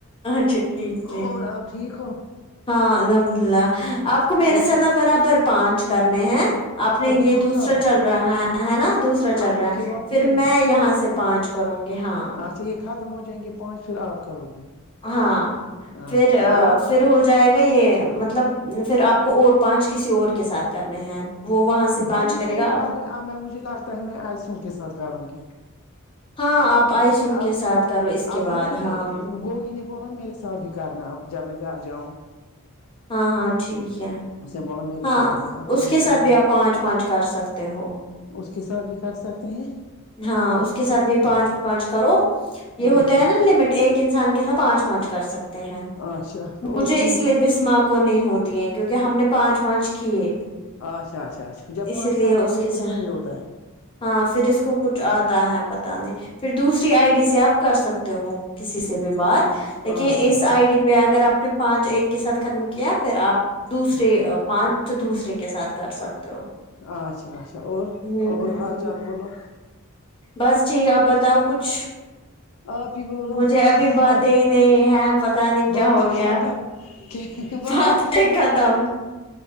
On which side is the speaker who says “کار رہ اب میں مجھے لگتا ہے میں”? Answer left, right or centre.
Left